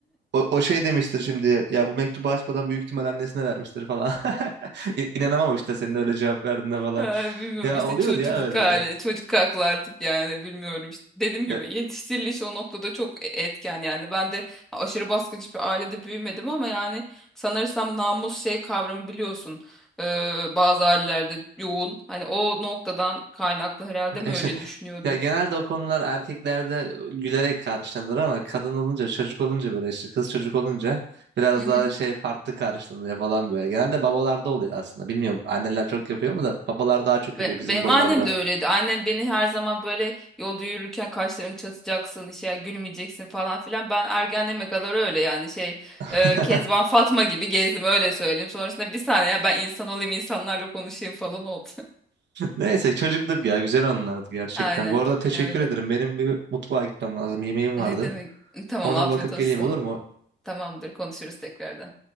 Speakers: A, on the right; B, in the centre.
A: o, o şey demiştir şimdi ya, ya bu mektubu açmadan büyük ihtimal annesine vermiştir falan. <laughs> İ- İnanamamıştır senin öyle cevap verdiğine falan.
B: Ay, Bilmiyorum
A: Ya
B: işte
A: oluyordu
B: çocukluk
A: ya öyle.
B: hali, çocuk aklı artık yani bilmiyorum işte. Dediğim gibi
A: Ya
B: yetiştiriliş o noktada çok e, etken yani. Ben de aşırı baskıcı bir ailede büyümedim ama yani sanırsam namus şey kavramı biliyorsun. Ee, bazı ailelerde yoğun. Hani o noktadan kaynaklı herhalde
A: <laughs>
B: mi öyle düşünüyordum?
A: Ya genelde o konular erkeklerde gülerek karşılanır ama kadın olunca çocuk olunca böyle işte kız çocuk olunca biraz
B: Hı hı.
A: daha şey farklı karşılanıyor falan böyle. Genelde babalarda oluyor aslında. Bilmiyorum anneler çok yapıyor mu da babalar daha çok yapıyor
B: Be-
A: bizim
B: Benim
A: buralarda.
B: annem de öyleydi. Annem beni her zaman böyle yolda yürürken kaşlarını çatacaksın, işte gülmeyeceksin falan filan. Ben ergenliğime kadar öyle yani şey
A: <laughs>
B: e, Kezban Fatma gibi gezdim öyle söyleyeyim. Sonrasında bir saniye ya ben insan olayım insanlarla konuşayım falan oldu. <laughs>
A: Neyse çocukluk ya güzel anılardı gerçekten.
B: Aynen
A: Bu arada teşekkür
B: öyle.
A: ederim. Benim bir mutfağa gitmem lazım. Yemeğim
B: Ne
A: vardı.
B: demek? Tamam
A: Ona
B: afiyet
A: bakıp
B: olsun
A: geleyim olur
B: sana.
A: mu?
B: Tamamdır konuşuruz tekrardan.